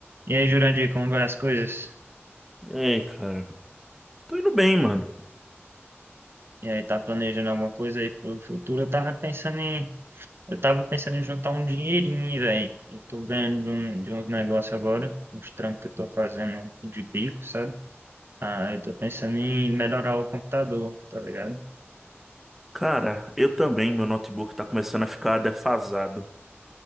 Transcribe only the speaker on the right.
E aí, Jurandir, como vai as coisas?
E aí, tá planejando alguma coisa aí pro futuro? Eu tava pensando em, eu tava pensando em juntar um dinheirinho, velho. Eu tô ganhando de um, de um negócio agora, uns trampos que eu tô fazendo de bico, sabe? Ah, eu tô pensando em melhorar o computador, tá ligado?